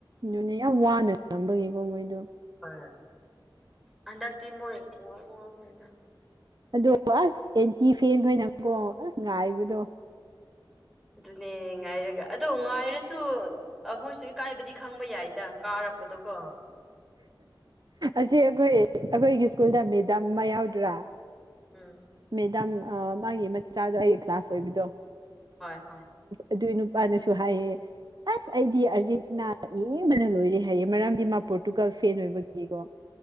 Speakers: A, on the right; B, in the centre.
A: ꯑꯗꯨꯅꯦ ꯌꯥꯝ ꯋꯥꯅ ꯉꯝꯕꯒꯤꯀꯣ ꯃꯣꯏꯗꯣ
B: ꯍ ꯍꯟꯗꯛꯇꯤ ꯃꯣꯏ ꯌꯥꯎ ꯌꯥꯈꯩꯗ <unintelligible>
A: ꯑꯗꯣ ꯑꯁ ꯑꯦꯟꯇꯤ ꯐꯦꯟ ꯈꯣꯏꯅꯥꯀꯣ ꯑꯁ ꯉꯥꯏꯕꯗꯣ
B: ꯑꯗꯨꯅꯦ ꯉꯥꯏꯔꯒ ꯑꯗꯣ ꯉꯥꯏꯔꯁꯨ ꯃꯣꯏꯁꯨ ꯏꯀꯥꯏꯕꯗꯤ ꯈꯪꯕ ꯌꯥꯏ꯫ ꯀꯥꯔꯛꯄꯗꯣ ꯀꯣ꯫
A: ꯑꯁꯤ ꯑꯩꯈꯣꯏ ꯑꯩꯈꯣꯏꯒꯤ ꯁ꯭ꯀꯨꯜꯗ ꯃꯦꯗꯥꯝ ꯑꯃ ꯌꯥꯎꯗ꯭ꯔꯥ,
B: ꯎꯝ
A: ꯃꯦꯗꯥꯝ ꯃꯥꯒꯤ ꯃꯆꯥꯗꯣ ꯑꯩꯒꯤ ꯀ꯭ꯂꯥꯁ ꯑꯣꯏꯕꯤꯗꯣ꯫
B: ꯍꯣꯏ ꯍꯣꯏ
A: ꯑꯗꯨꯏ ꯅꯨꯄꯥꯅꯁꯨ ꯍꯥꯏꯌꯦ ꯑꯁ ꯑꯩꯗꯤ ꯑꯥꯔꯖꯦꯟꯇꯤꯅꯥ ꯌꯦꯡꯕꯅ ꯂꯣꯏꯔꯦ꯫ ꯍꯥꯏꯌꯦ ꯃꯔꯝꯗꯤ ꯃꯥ ꯄꯣꯔꯇꯨꯒꯜ ꯐꯦꯟ ꯑꯣꯏꯕꯒꯤꯀꯣ